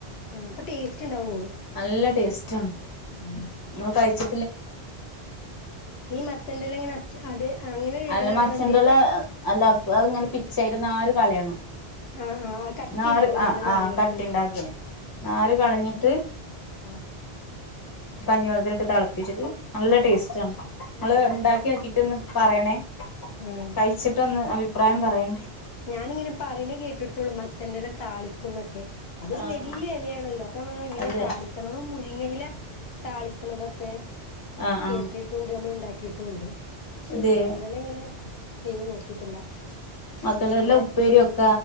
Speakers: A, on the left; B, on the left.
A: ഉം പ്പ ടേസ്റ്റ് ണ്ടാവോ?
B: നല്ല ടേസ്റ്റ് ആണ്.
A: ഉം
B: ങ്ങള് കഴിച്ച്
A: ഈ മത്തന്റെല ങ്ങനെ അച്ച് അത് അങ്ങനെ ഇ
B: അല്ല
A: ടലാണോ
B: മച്ചന്റെല
A: എന്തെക്ക
B: അല്ല അഹ് പ്പ അഹ് ഇങ്ങനെ പിച്ചാ അയിൻ്റെ നാര് കളയണം.
A: ആഹ് ആഹ് കട്ടി
B: നാര്
A: ഉണ്ടാവൂലേ
B: ആഹ്
A: അയിന്റെ നാരുകൾക്ക്
B: ആഹ് കട്ടിണ്ട അത് നാര്
A: ആഹ്
B: കളഞ്ഞിട്ട്
A: ആഹ്
B: കഞ്ഞി വള്ളത്തിലിട്ട് തളപ്പിച്ചിട്ട് നല്ല ടേസ്റ്റ ങ്ങള്
A: ആഹ്
B: ണ്ടാക്കി നോക്കീട്ട്ന്ന് പറയണേ.
A: ആഹ്
B: കഴിച്ചിട്ട് ഒന്ന് അഭിപ്രായം പറയണ്ടി.
A: ഞാനിങ്ങനെ പറയണേ കേട്ടിട്ടുള്ളൂ മത്തന്റെല താളിക്കുംന്നൊക്കെ. അതൊരു
B: ആഹ്
A: വല്യ എലയാണല്ലോ അപ്പ മ്മളെ എങ്ങനെ
B: അതെ
A: താളിക്ക നമ്മള് മുരിങ്ങയില താളിക്ക്ണതൊക്കെ
B: ആഹ്
A: കേട്ടിട്ടുണ്ട്
B: ആഹ്
A: നമ്മൾ ണ്ടാക്കിട്ടുണ്ട്. ശീ
B: അതെ
A: മത്തന്റെലങ്ങനെ
B: ആഹ്
A: ചെയ്ത് നോക്കിട്ടില്ല.
B: മത്തന്റെല്ല
A: പിന്നെന്താ
B: ഉപ്പേരിക്ക